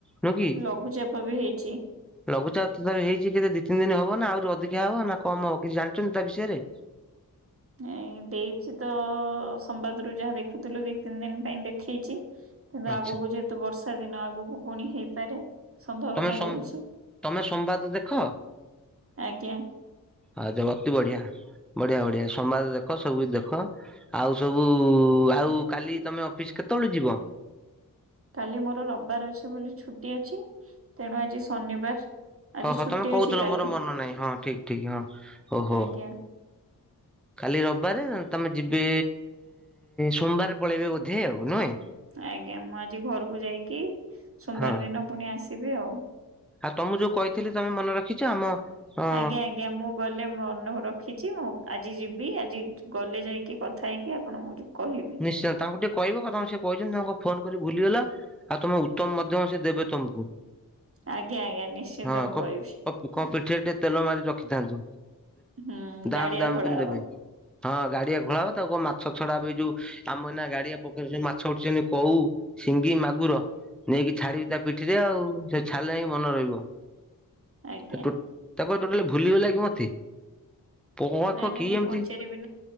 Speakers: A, in the centre; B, on the right.
A: ନୁହଁ କି
B: ଲଘୁଚାପ ବି ହେଇଛି।
A: ଲଘୁଚାପ ତଥାପି ହେଇଛି କେ ଦି ତିନି ଦିନ ହବ ନା ଆହୁରି ଅଧିକା ହବ ନା କମ ହବ କିଛି ଜାଣିଛନ୍ତି ତା ବିଷୟରେ?
B: ଏ ଦେଇଛି ତ ସମ୍ବାଦ ରୁ ଯାହା ଦେଖୁଥିଲୁ ଦି ତିନି ଦିନ ପାଇଁ ଦେଖେଇଛି। କିନ୍ତୁ
A: ଆଚ୍ଛା
B: ଆଗକୁ ଯେହେତୁ ବର୍ଷା ଦିନ ଆଗକୁ ପୁଣି ହେଇପାରେ। ସମ୍ଭାବନା
A: ତମେ ସ
B: ରହୁଛି
A: ତମେ ସମ୍ବାଦ ଦେଖ?
B: ଆଜ୍ଞା
A: ଆଉ ଦେଖ ଅତି ବଢିଆ ବଢିଆ ବଢିଆ ସମ୍ବାଦ ଦେଖ ସବୁ କିଛି ଦେଖ। ଆଉ ସବୁ ଆଉ କାଲି ତମେ ଅଫିସ କେତେବେଳୁ ଯିବ?
B: କାଲି ମୋର ରବିବାର ଅଛି ବୋଲି ଛୁଟି ଅଛି ତେଣୁ ଆଜି ଶନିବାର। ଆଜି
A: ହୋ ହୋ
B: ଛୁଟି
A: ତମେ କହୁଥିଲ
B: ଅଛି କାଲି
A: ମୋର ମନ ନାହିଁ ହଁ ଠିକ ଠିକ ହଁ ଓହୋ।
B: ଆଜ୍ଞା
A: କାଲି ରବିବାରେ ତମେ ଯିବେ ସୋମବାର ପଳେଇବେ ବୋଧେ ଆଉ ନୁହେଁ।
B: ଆଜ୍ଞା ମୁଁ ଆଜି ଘରକୁ ଯାଇକି ସୋମବାର
A: ହଁ
B: ଦିନ ପୁଣି ଆସିବି ଆଉ।
A: ଆଉ ତମକୁ ଯୋଉ କହିଥିଲି ତମେ ମନେ ରଖିଛ ଆମ ହଁ
B: ଆଜ୍ଞା ଆଜ୍ଞା ମୁଁ ଗ ଗଲେ ମୁଁ ମନେ ରଖିଛି ମୁଁ ଆଜି ଯିବି ଆଜି ଗଲେ ଯାଇକି କଥା ହେଇକି ଆପଣଙ୍କୁଉଁ କହିବି।
A: ନିଶ୍ଚୟ ତାଙ୍କୁ ଟିକେ କହିବ କଥା ସେ କହିଛନ୍ତି ଫୋନ କରି ଭୁଲିଗଲ। ଆଉ ତମେ ଉତ୍ତମ ମଧ୍ୟ ସେ ଦେବେ ତମକୁ।
B: ଆଜ୍ଞା ଆଜ୍ଞା ନିଶ୍ଚିନ୍ତ
A: ହଁ
B: ମୁଁ
A: କ
B: କହିବି।
A: କଣ ପିଠିରେ ଟିକେ ତେଲ ମାରି ରଖିଥାନ୍ତୁ
B: ହୁଁ
A: ଦାମ
B: ଗାଡିଆ
A: ଦାମ
B: ଖୋଳା
A: କିମ
B: ହବ
A: ଦେବେ। ହଁ ଗାଡିଆ ଘୋଳା ହବ ତା କ ମାଛ ଛଡା ଏ ଯୋଉ ଆମର ନା ଗାଡିଆ ପଖେଇ ମାଛ ଉଠୁଛନ୍ତି କଉ ସିଙ୍ଗି ମାଗୁର। ନେଇକି ଛାଡିବି ତା ପିଠିରେ ଆଉ ସେ ଛାଡ଼ିଲ ଯାଇ ମନେ ରହିବ।
B: ଆଜ୍ଞା
A: <unintelligible> ତାକୁ ଟୋଟାଲି ଭୁଲିବ ଗଲା କି ମତେ ପୁଅ
B: ନାଇଁ
A: କ
B: ନାଇଁ
A: କି
B: ମୁଁ
A: ଏମିତି
B: ପଚାରିବି